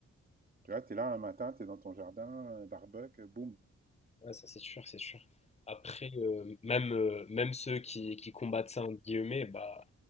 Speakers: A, on the right; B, on the left.
A: tu vois, t'es là un matin, t'es dans ton jardin, euh, barbecue, euh, boum.
B: Ouais, ça c'est sûr, c'est sûr. Après, euh, même, euh, même ceux qui, qui combattent ça, entre guillemets, bah,